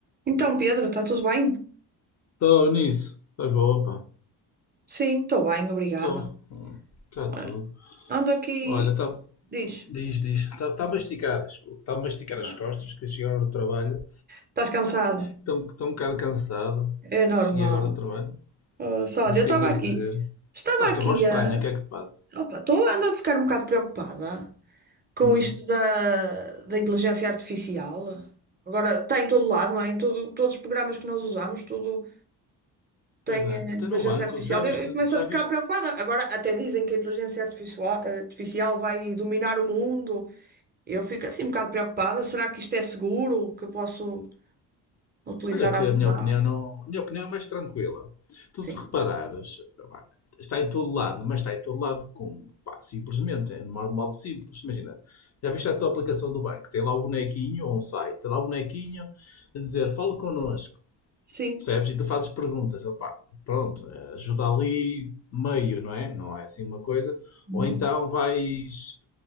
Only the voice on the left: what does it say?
Estou nisso. Estás boa, pá.
Estou. Está
tudo.
Olha, está.
Diz, diz. Está tá
a masticar. Está a masticar
as costas, que cheguei agora do trabalho.
Estou um bocado cansado.
Cheguei agora do trabalho.
Mas
o
que é que ias
dizer?
Estás
com a voz estranha,
o que é que se passa?
Hum.
Pois é,
até
no banco.
Já viste,
já
viste
Olha que
a minha opinião não, a minha opinião é mais tranquila. Tu
se reparares, pá, está em todo lado, mas está em todo lado como? Pá, simplesmente, é de modo modo simples. Imagina, já viste a tua aplicação do banco, tem lá o bonequinho ou um site, tem lá o bonequinho a dizer, fala connosco,
percebes? E tu fazes perguntas, opá, pronto, eh, ajuda ali meio, não é? Não é assim uma coisa.
Ou então vais,